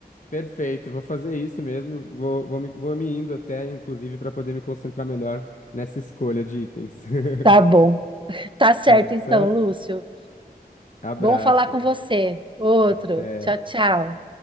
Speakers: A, on the left; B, on the right.
A: Perfeito, vou fazer isso mesmo. Vou, vou, me, vou me indo até, inclusive, para poder me concentrar melhor nessa escolha de itens. <laughs>
B: Tá bom. Tá certo
A: Tá
B: então,
A: certo?
B: Lúcio.
A: Abraço,
B: Bom falar com você. Outro.
A: até.
B: Tchau, tchau.